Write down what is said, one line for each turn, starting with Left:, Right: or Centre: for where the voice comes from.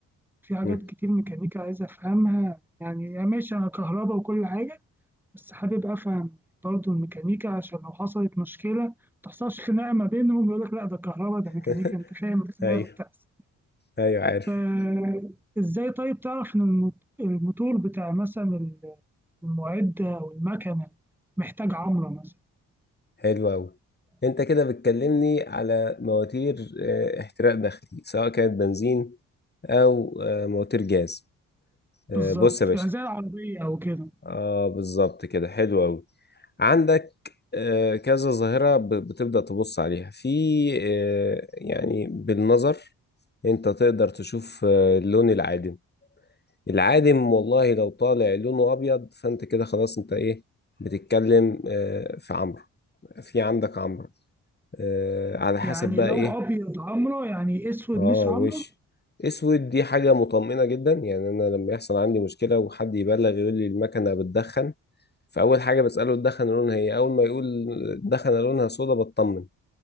Centre: في حاجات
Left: مم.
Centre: كتير ميكانيكا عايز أفهمها يعني ماشي أنا كهرباء وكل حاجة بس حابب أفهم برضه الميكانيكا عشان لو حصلت مشكلة ما تحصلش خناقة ما بينهم يقول لك لا ده كهرباء ده ميكانيكا
Left: <laughs>
Centre: أنت فاهم الخناقة
Left: ايوه
Centre: بتحصل
Left: ايوه عارف
Centre: فإزاي طيب تعرف إن الموت- الموتور بتاع مثلا المعدة أو المكنة محتاج عمرة مثلا
Left: حلو أوي أنت كده بتكلمني على مواتير آه، احتراق داخلي سواء كانت بنزين أو آه، مواتير جاز آه،
Centre: بالظبط
Left: بص يا باشا
Centre: يعني زي العربية أو كده
Left: آه بالظبط كده حلو أوي عندك آه، كذا ظاهرة ب- بتبدأ تبص عليها في آه، يعني بالنظر أنت تقدر تشوف آه، اللون العادم العادم والله لو طالع لونه أبيض فأنت كده خلاص أنت إيه بتتكلم آه، في عمرو في عندك عمرو آه، على حسب
Centre: يعني
Left: بقى
Centre: لو
Left: ايه
Centre: ابيض عمرة يعني اسود
Left: اه
Centre: مش
Left: وش
Centre: عمرة
Left: اسود دي حاجة مطمئنة جدا يعني انا لما يحصل عندي مشكلة وحد يبلغ يقول لي المكنة بتدخن فاول حاجة بسأله الدخن لونها ايه اول ما يقول الدخنة لونها سودا بطمن